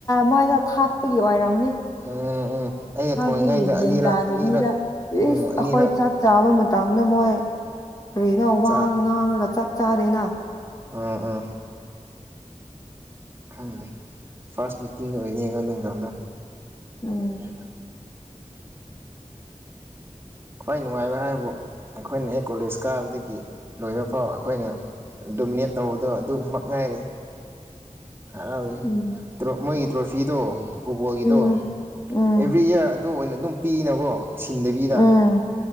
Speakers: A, on the left; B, on the right.
A: ꯃꯣꯏꯗ ꯊꯥꯛꯄꯒꯤ ꯑꯣꯏꯔꯝꯅꯤ
B: ꯎꯝ ꯎꯝ ꯑꯩꯅ
A: ꯊꯥꯛꯄꯒꯤ
B: ꯊꯣꯡꯉꯤꯉꯩꯗ ꯑꯅꯤꯔꯛ
A: ꯒꯟ ꯇꯥꯗꯕꯤꯗ
B: ꯑꯅꯤꯔꯛ
A: ꯑꯩꯈꯣꯏ
B: ꯎꯝ ꯑꯅꯤꯔꯛ
A: ꯆꯥꯛ ꯆꯥꯕ ꯃꯇꯝ ꯇꯥꯟꯗꯃꯣꯏ ꯀꯩꯅꯣ
B: ꯆꯥ
A: ꯋꯥꯡ ꯉꯥꯡꯉꯒ ꯆꯥꯛ ꯆꯥꯗꯦꯅ
B: ꯎꯝ ꯎꯝ ꯈꯪꯗꯦ ꯐꯥꯔꯁ ꯃꯤꯇꯤꯡꯗ ꯑꯣꯏꯅꯤ ꯌꯦꯡꯉꯣ ꯑꯗꯨ ꯃꯇꯝꯗꯣ
A: ꯎꯝ
B: ꯌꯥ ꯈ꯭ꯋꯥꯏ ꯅꯨꯡꯉꯥꯏꯕ ꯍꯥꯏꯕꯨ ꯑꯩꯈꯣꯏꯅ ꯍꯦꯛ ꯀꯣꯂꯦꯖ ꯀꯥꯕꯗꯒꯤ ꯂꯣꯏꯕ ꯐꯥꯎ ꯑꯩꯈꯣꯏꯅ ꯗꯣꯃꯤꯅꯦꯠ ꯇꯧꯕꯗꯣ ꯑꯗꯨꯃꯛ ꯉꯥꯏꯔꯤ ꯍꯔꯥꯎꯏ
A: ꯎꯝ
B: ꯇ꯭ꯔꯣ ꯃꯣꯏ ꯇ꯭ꯔꯣꯐꯤꯗꯣ ꯐꯨꯠꯕꯣꯜꯒꯤꯗꯣ
A: ꯎꯝ ꯎꯝ
B: ꯑꯦꯕ꯭ꯔꯤ ꯏꯌꯥꯔ ꯑꯗꯨ ꯑꯣꯏꯅ ꯑꯗꯨꯝ ꯄꯤꯅꯀꯣ ꯁꯤꯟꯗꯕꯤꯗ
A: ꯎꯝ